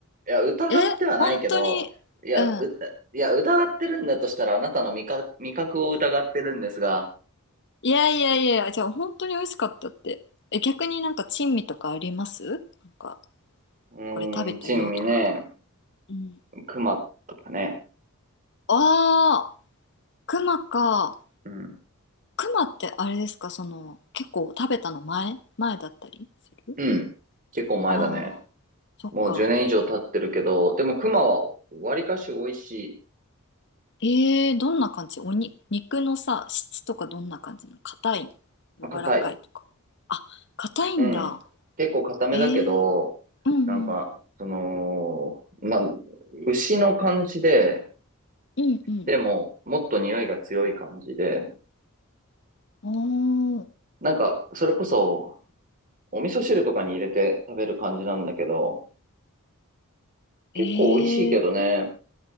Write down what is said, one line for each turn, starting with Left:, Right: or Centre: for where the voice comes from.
Right: いや、疑ってはないけど、
Left: え、本当に、
Right: いや、
Left: うん。
Right: うた、いや、疑ってるんだとしたら、あなたの味覚、味覚を疑ってるんですが、
Left: いやいやいや、じゃあ本当に美味しかったって。え、逆になんか珍味とかありますなんか、
Right: うーん、
Left: これ食べたよとか。
Right: 珍味ね、
Left: うん。
Right: 熊とかね、
Left: ああ、熊か。
Right: うん、
Left: 熊ってあれですか、その、結構食べたの前前だったりする
Right: うん、結構前だね。
Left: ああー、そっか。
Right: もう10年以上経ってるけど、でも熊は割かし美味し
Left: えー、どんな感じおに、肉のさ、質とかどんな感じなの硬いの柔らかいとか。
Right: い、硬い、
Left: あ、硬いんだ。
Right: うん、結構硬めだけど、
Left: えー、うんうん。
Right: なんか、その、まあ、牛の感じで、
Left: うんうん。
Right: でも、もっと匂いが強い感じで、
Left: おー、
Right: なんか、それこそ、お味噌汁とかに入れて食べる感じなんだけど、結構美味しいけどね、
Left: えー、